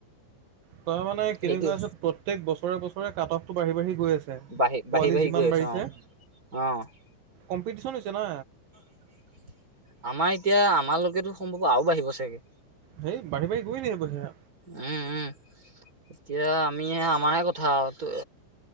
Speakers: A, on the right; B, on the right.
A: তাৰ মানে কেনেকুৱা
B: সেইটোৱে
A: আছে প্ৰত্যেক বছৰে বছৰে কাট অফটো বাঢ়ি বাঢ়ি গৈ আছে
B: বাঢ়ি বাঢ়ি
A: পোৱালি
B: বাঢ়ি
A: যিমান
B: গৈ আছে
A: বাঢ়িছে
B: অ অ
A: কম্পিটিছন হৈছে ন
B: <inaudible> আমাৰ এতিয়া আমাৰলৈকেতো সম্ভৱ আৰু বাঢ়িব চাগে।
A: সেই বাঢ়ি বাঢ়ি গৈ থাকিব সেয়া
B: উম উম এতিয়া আমি আমাৰে কথা আৰু